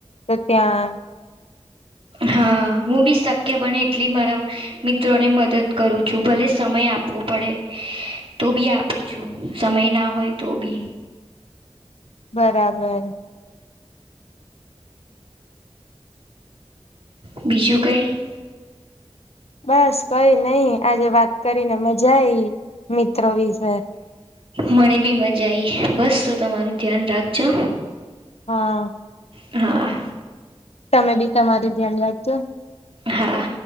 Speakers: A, on the left; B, on the right.
A: તો ત્યાં
B: હા હું બી શક્ય બને એટલી મારા મિત્રોને મદદ કરું છું ભલે સમય આપવો પડે. તો બી આપું છું સમય ના હોય તો બી
A: બરાબર
B: બીજું કંઈ?
A: બસ કઈ નઈ આજે વાત કરીને મજા આઈ મિત્રો વિશે.
B: મને બી મજા આવી બસ તો તમારું ધ્યાન રાખજો.
A: હા
B: હા
A: તમે બી તમારું ધ્યાન રાખજો.
B: હા